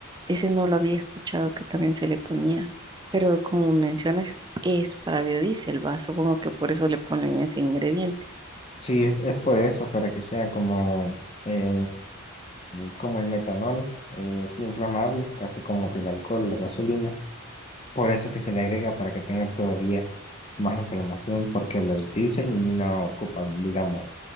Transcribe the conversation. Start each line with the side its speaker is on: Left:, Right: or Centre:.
Right: ese no lo había escuchado que también se le ponía, pero como mencionas, es para biodiesel, va, supongo que por eso le ponen ese ingrediente.
Left: Sí, es, es por eso, para que sea como, eh, como el metanol, eh, es inflamable, casi como que el alcohol, la gasolina. Por eso que se le agrega para que tenga todavía más inflamación, porque los diésel no ocupan, digamos,